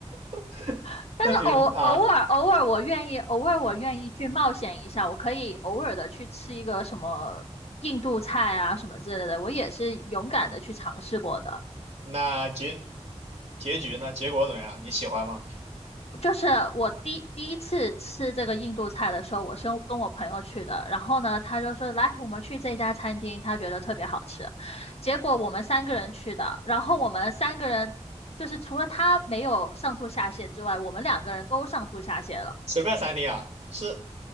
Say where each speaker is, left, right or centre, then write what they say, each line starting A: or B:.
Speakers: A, on the right (about 65°); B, on the left (about 60°).
A: <laughs>
B: <laughs> 但是偶偶尔偶尔我愿意，
A: 那比如啊，
B: 偶尔我愿意去冒险一下，我可以偶尔的去吃一个什么印度菜啊什么之类的，我也是勇敢的去尝试过的。
A: 那结结局呢？结果怎么样？你喜欢吗？
B: 就是我第第一次吃这个印度菜的时候，我是跟我朋友去的，然后呢，他就说来，我们去这家餐厅，他觉得特别好吃。结果我们三个人去的，然后我们三个人就是除了他没有上吐下泻之外，我们两个人都上吐下泻了。
A: 随便餐厅啊，是